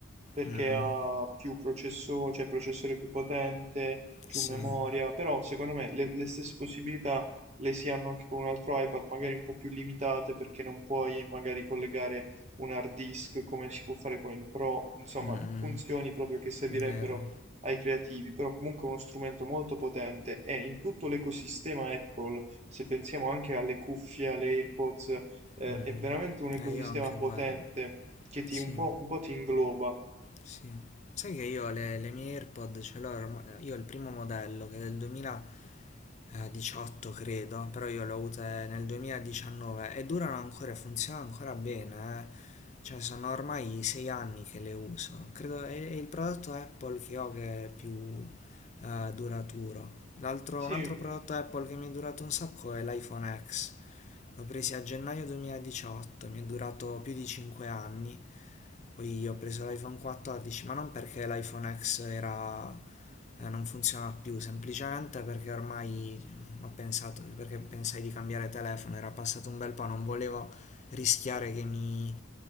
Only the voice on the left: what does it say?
Mm-mm,
sì,
mm-mm,
vero.
Mm-mm.
Eh, io anche
quello,
sì,
sì. Sai che io le, le mie AirPod ce l'ho ormai, io ho il primo modello che è del 2000... eh, 18 credo, però io le ho avute nel 2019 e durano ancora e funzionano ancora bene, eh. Cioè sono ormai 6 anni che le uso. Credo è, è il prodotto Apple che ho che è più eh, duraturo. L'altro,
un altro prodotto Apple che mi è durato un sacco è l'iPhone X. L'ho preso a gennaio 2018, mi è durato più di 5 anni. Poi ho preso l'iPhone 14, ma non perché l'iPhone X era eh, non funziona più, semplicemente perché ormai ho pensato, perché pensai di cambiare telefono, era passato un bel po', non volevo rischiare che mi